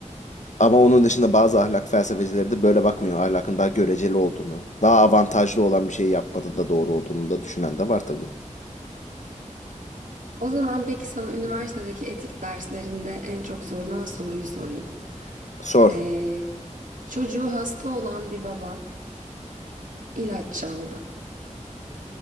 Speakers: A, on the left; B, on the right.
A: Ama onun dışında bazı ahlak felsefecileri de böyle bakmıyor. Ahlakın daha göreceli olduğunu, daha avantajlı olan bir şeyi yapmanın da doğru olduğunu da düşünen de var tabii.
B: O zaman peki sana üniversitedeki etik derslerinde en çok sorulan soruyu sorayım.
A: Sor.
B: Ee, çocuğu hasta olan bir baba ilaç çaldı.